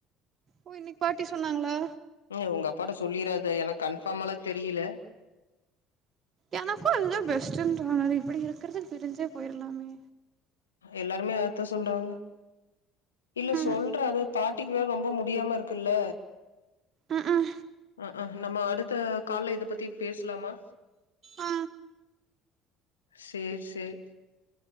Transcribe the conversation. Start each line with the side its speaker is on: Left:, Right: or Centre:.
Right: ஓ இன்னிக்கு பாட்டி சொன்னாங்கலா
Left: ம் உங்க அப்பாட்ட சொல்லிராத எனக்கு கன்பார்மாலா தெரியல
Right: எனக்கு அதுதா பெஸ்ட்டுன்னு தோனுது இப்டி இருக்கறதுக்கு பிரிஞ்சே போயிறலாமே
Left: எல்லாருமே அதத்தா சொல்றாங்க இல்ல
Right: ம்
Left: சொல்ற அது பாட்டிக்கு வேற ரொம் ப முடியாம இருக்குல்ல
Right: ம் ம்
Left: அ அ நம்ம அடுத்த கால்ல இத பத்தி பேசலாமா
Right: ஆ
Left: சேர் சேரி